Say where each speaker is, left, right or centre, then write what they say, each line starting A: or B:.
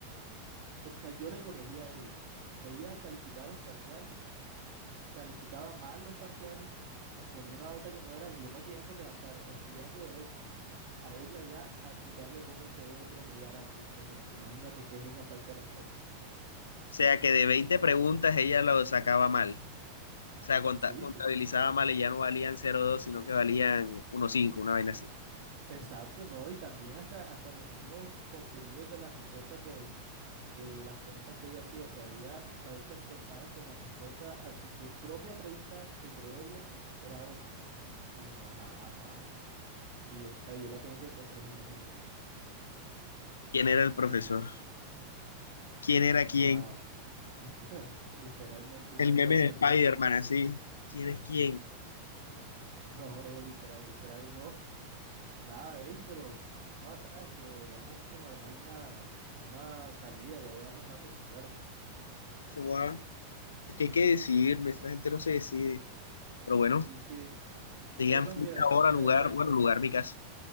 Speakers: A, on the right; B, on the left.
A: o sea, yo le corregía a ella. Ella calificaba los parciales, calificaba mal los parciales, nos ponía una nota que no era, y yo me tenía que levantar estudiando derecho. a irla ya a explicarle cómo se debe promediar algo, por ejemplo. Imagínate qué es esa falta de respeto.
B: O sea que de 20 preguntas ella lo sacaba mal. O sea, conta-
A: Sí,
B: contabilizaba
A: sí.
B: mal y ya no valían cero coma dos sino que valían uno coma cinco una vaina así.
A: Exacto, no, y también hasta, hasta en los mismos contenidos de las respuestas de, de las preguntas que ella hacía. O sea, ella a veces pensaba que la respuesta a su pr- propia pregunta que creó ella era otra. Y no, nada, nada. Y o sea, yo la tenía que corregir, imagínate.
B: ¿Quién era el profesor? ¿Quién era quién?
A: Guau, <laughs> literalmente,
B: El
A: eso decían
B: meme
A: mis
B: de Spider-Man,
A: amigos también.
B: así.
A: <laughs>
B: ¿Quién es quién?
A: No, literal, literal, no. Nada, ey, pero no sabes que deberíamos como armar alguna una salida, ya llevamos rato sin vernos.
B: Eso va- Es que hay que decidirme, esta gente no se decide. Pero bueno,
A: Sí, sí.
B: digan
A: Ey, no,
B: fecha,
A: mira, y-
B: hora,
A: mira,
B: lugar,
A: ¿sabes
B: bueno,
A: qué?
B: lugar, mi casa.